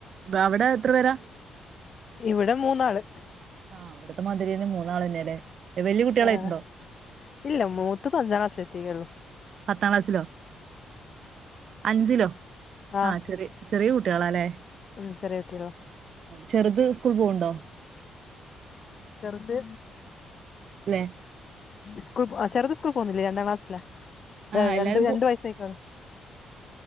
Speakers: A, on the right (about 60°); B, on the left (about 45°).
A: അവിടെ എത്ര പേരാ?
B: ഇവ്ടെ മൂന്നാള്.
A: ആഹ്, ഇവിടുത്തെ മാതിരി ന്നെ മൂന്നാളെന്നെ ലേ? വല്യ കുട്ടിയാളായിട്ട്ണ്ടോ?
B: ആഹ് ഇല്ല, മൂത്തത് അഞ്ചാം ക്ലാസ്സിലെത്തീക്കേള്ളൂ.
A: പത്താം ക്ലാസ്സിലോ? അഞ്ചിലോ?
B: ആഹ്
A: ആ ചെറിയ ചെറിയ കുട്ടികളാല്ലേ..
B: ഉം ചെറിയ കുട്ടികളാ
A: ചെർത് സ്കൂൾ പോവ്ണ്ടോ?
B: ചെർത്
A: ല്ല്യേ
B: സ്കൂൾ, ചെറുത് സ്കൂൾ പോകുന്നില്ലേ! രണ്ടാം ക്ലാസിലാ.
A: ആഹ്
B: ഏഹ്! രണ്ട്,
A: എല്ലാരും
B: രണ്ട്
A: പോ
B: വയസ്സയ്ക്ക്ണ്.